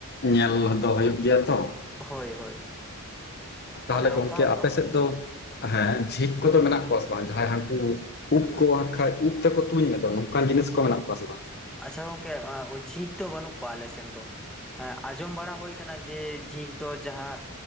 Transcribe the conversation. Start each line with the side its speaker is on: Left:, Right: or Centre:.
Left: ᱧᱮᱞ ᱫᱚ ᱦᱩᱭᱩᱜ ᱜᱮᱭᱟ ᱛᱚ᱾
Centre: ᱦᱳᱭ ᱦᱳᱭ
Left: ᱛᱟᱦᱚᱞᱮ
Centre: ᱚᱱᱮ ᱚᱱᱠᱟ
Left: ᱜᱚᱝᱠᱮ
Centre: ᱡᱚᱢ
Left: ᱟᱯᱮ
Centre: ᱦᱩᱭ
Left: ᱥᱮᱫ
Centre: ᱟᱠᱟᱱᱟ
Left: ᱫᱚ ᱦᱮᱸ ᱡᱷᱤᱠ ᱠᱚᱫᱚ ᱢᱮᱱᱟᱜ ᱠᱚᱣᱟ ᱥᱮ ᱵᱟᱝ ᱡᱟᱦᱟᱸᱭ ᱦᱟᱹᱱᱠᱩ ᱩᱵ ᱠᱚ ᱠᱷᱟᱡ ᱩᱯ ᱛᱮᱠᱚ ᱛᱩᱧ ᱢᱮᱫᱚ ᱱᱚᱝᱠᱟᱱ ᱡᱤᱱᱤᱥ ᱠᱚ ᱢᱮᱱᱟᱜ ᱠᱚᱣᱟ ᱥᱮ ᱵᱟᱝ?
Centre: ᱟᱪᱷᱟ ᱜᱚᱝᱠᱮ ᱡᱷᱤᱠ ᱫᱚ ᱵᱟᱹᱱᱩᱜ ᱠᱚᱣᱟ ᱟᱞᱮ ᱥᱮᱱ ᱫᱚ᱾ ᱟᱸᱡᱚᱢ ᱵᱟᱲᱟ ᱦᱩᱭ ᱟᱠᱟᱱᱟ ᱡᱮ ᱡᱷᱤᱠ ᱫᱚ ᱡᱟᱦᱟᱸ